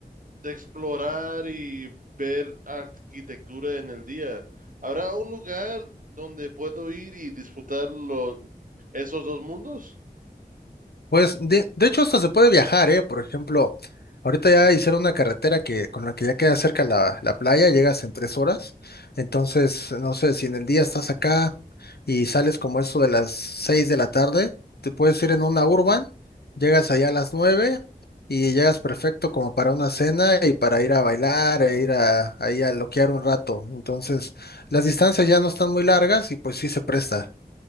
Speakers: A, on the right; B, on the left.
A: de explorar y ver arquitectura en el día. ¿Habrá un lugar donde puedo ir y disfrutar lo- esos dos mundos?
B: Pues de, de hecho hasta se puede viajar, ¿eh? Por ejemplo, ahorita ya hicieron una carretera que con la que ya queda cerca la, la playa, llegas en tres horas. Entonces, no sé, si en el día estás acá y sales como eso de las seis de la tarde, te puedes ir en una urban, llegas allá a las nueve y llegas perfecto como para una cena y para ir a bailar e ir a, ahí a loquear un rato. Entonces, las distancias ya no están muy largas y pues sí se presta.